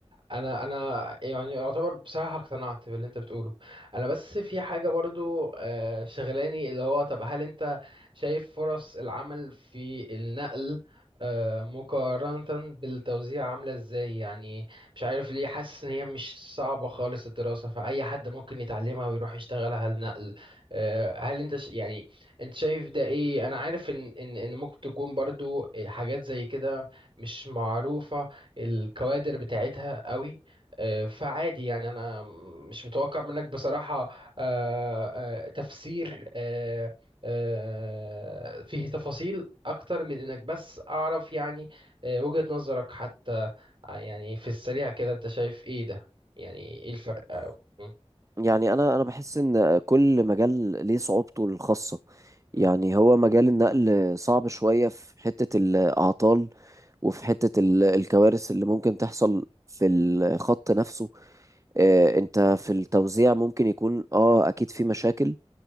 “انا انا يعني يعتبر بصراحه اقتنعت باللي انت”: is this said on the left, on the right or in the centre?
Right